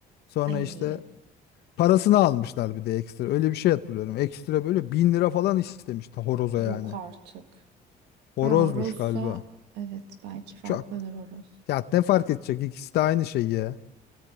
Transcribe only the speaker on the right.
Ay
Yok artık.
Ha horozsa
evet belki farklıdır
horoz.